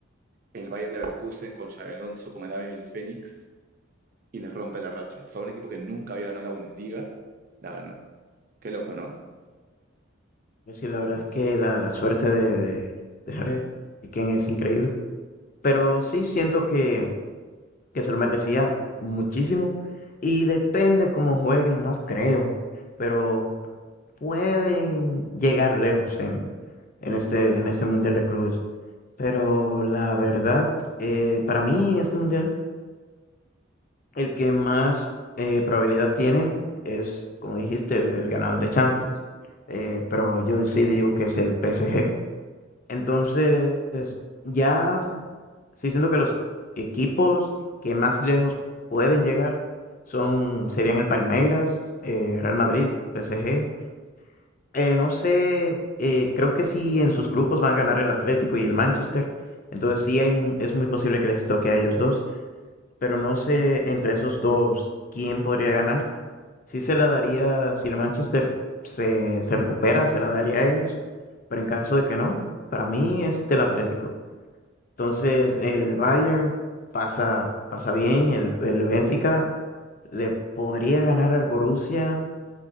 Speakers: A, on the right; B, on the left.
A: el Bayern Leverkusen con Xabi Alonso como el ave del Fénix y le rompe la racha. O sea, un equipo que nunca había ganado la Bundesliga, la ganó. Qué loco, ¿no?
B: Sí, la verdad es que la, la suerte de, de, de Harry Kane es increíble, pero sí siento que que se lo merecía muchísimo. Y depende cómo jueguen, no creo, pero pueden llegar lejos en, en este, en este Mundial de Clubes. Pero la verdad, eh, para mí en este Mundial, el que más eh, probabilidad tiene es, como dijiste, el, el ganador de Champions. Eh, pero yo sí digo que es el PSG. Entonces, ya sí siento que los equipos que más lejos pueden llegar son, serían el Palmeiras, eh, Real Madrid, PSG. Eh, no sé, eh, creo que sí en sus grupos van a ganar el Atlético y el Manchester. Entonces sí hay, m- es muy posible que les toque a ellos dos, pero no sé entre esos dos quién podría ganar. Sí se la daría, si el Manchester se, se recupera, se la daría a ellos, pero en caso de que no, para mí es del Atlético. Entonces, el Bayern pasa, pasa bien, el, el Benfica le podría ganar al Borussia,